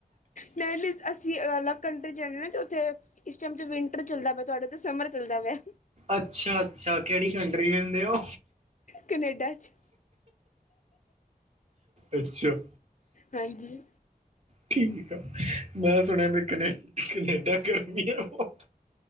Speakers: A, on the left; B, on the right.
A: ਨਈ-ਨਈ ਅਸੀਂ ਅਲੱਗ ਕੰਟਰੀ ਚ ਰੇਨੇ ਆ ਨਾ ਜੋ ਤੇ ਇਸ ਟਾਈਮ ਚ ਵਿੰਟਰ ਚੱਲਦਾ ਪਿਆ ਤੁਆਡੇ ਤੇ ਸਮਰ ਚੱਲਦਾ ਪਿਆ।
B: ਅੱਛਾ-ਅੱਛਾ, ਕੇੜੀ ਕੰਟਰੀ ਰੈਂਦੇ ਓ?
A: ਕਨੇਡਾ ਚ
B: ਅੱਛਾ
A: ਹਾਂਜੀ।
B: ਠੀਕ ਆ, ਮੈਂ ਸੁਣਿਆ ਵੀ ਕਨੇ-ਕਨੇਡਾ ਗਰਮੀ ਆ ਬੋਤ।